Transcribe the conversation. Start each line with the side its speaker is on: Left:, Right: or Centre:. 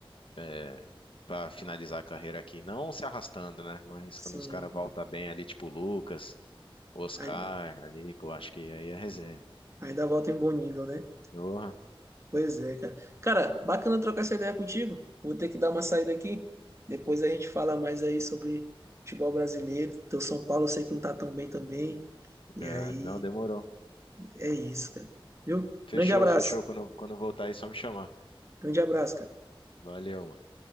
Left: é, pra finalizar a carreira aqui. Não se arrastando, né? Mas
Right: Sim.
Left: quando os caras voltam bem ali, tipo o Lucas, o Oscar,
Right: Ainda,
Left: ali, pô, acho que aí é resenha.
Right: ainda volta em bom nível, né?
Left: Porra,
Right: Pois é, cara. Cara, bacana trocar essa ideia contigo. Vou ter que dar uma saída aqui. Depois a gente fala mais aí sobre futebol brasileiro. Teu São Paulo eu sei que não tá tão bem também. E
Left: é,
Right: aí,
Left: não demorou.
Right: é isso, cara. Viu?
Left: Fechou,
Right: Grande abraço.
Left: fechou. Quando, quando voltar aí, só me chamar.
Right: Grande abraço, cara.
Left: Valeu, mano.